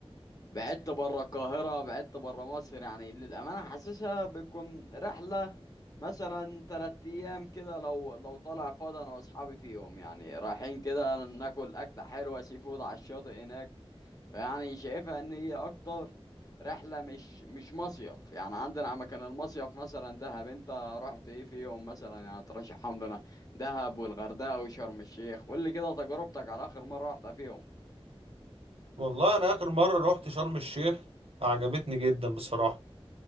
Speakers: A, on the left; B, on the right.
A: بعدت بره القاهرة بعدت بره مصر يعني للأمانة حاسسها بتكون رحلة مثلا تلات أيام كده لو لو طالع فاضي أنا وأصحابي فيهم يعني رايحين كده ناكل أكلة حلوة سي فود على الشاطئ هناك فيعني شايفها إن هي أكتر رحلة مش مش مصيف يعني عندنا مكان المصيف مثلا دهب أنت رحت إيه فيهم مثلا يعني ترشحهم لنا دهب والغردقة وشرم الشيخ قول لي كده تجربتك على آخر مرة رحت فيهم
B: والله انا اخر مرة رحت شرم الشيخ عجبتني جدا بصراحة